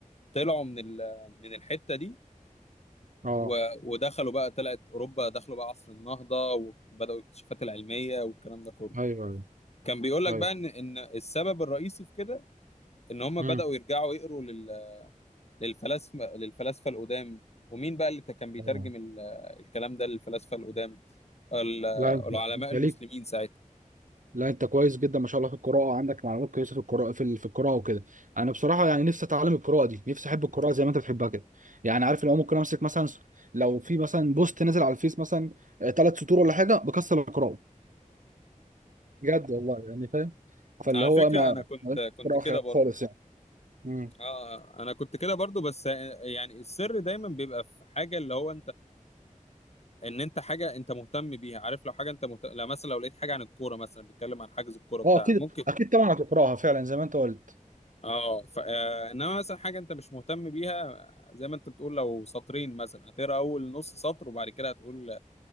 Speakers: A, on the left (about 50°); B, on the right (about 70°).
A: طلعوا من ال... من الحته دي
B: اه
A: و- ودخلوا بقى طلعت اوروبا دخلوا بقى عصر النهضه وبداوا الاكتشافات العلميه والكلام ده كله
B: ايوه ايوه
A: كان بيقول لك
B: ايوه
A: بقى ان ان السبب الرئيسي في كده ان هم
B: امم
A: بداوا يرجعوا يقروا لل- للفلاسفه للفلاسفه القدام ومين بقى اللي ت- كان بيترجم
B: اه
A: ال- الكلام ده للفلاسفه القدام ال-
B: لا انت
A: العلماء
B: أنت
A: المسلمين
B: ليك
A: ساعتها
B: لا انت كويس جدا ما شاء الله في القراءه عندك معلومات كويسه في القراءه في ال- في القراءه وكده انا بصراحه يعني نفسي اتعلم القراءه دي نفسي احب القراءه زي ما انت بتحبها كده يعني عارف اللي هو ممكن امسك مثلا س- لو في مثلا بوست نزل على الفيس مثلا ثلاث سطور ولا حاجه بكسر القراءه بجد والله يعني فاهم فاللي
A: على
B: هو
A: فكره
B: ما
A: انا كنت
B: ما
A: كنت
B: قراءه
A: كده برضو
B: خالص يعني امم
A: اه انا كنت كده برضو بس يعني السر دايما بيبقى في حاجه اللي هو ان انت حاجه انت مهتم بيها عارف لو حاجه انت مهتم لو مثلا لو لقيت حاجه عن الكوره مثلا بيتكلم عن حجز الكوره بتاع
B: اه اكيد
A: ممكن
B: اكيد طبعا هتقراها فعلا زي ما انت قلت
A: اه ف... آه، انما مثلا حاجه انت مش مهتم بيها زي ما انت بتقول لو سطرين مثلا هتقرا اول نص سطر وبعد كده هتقول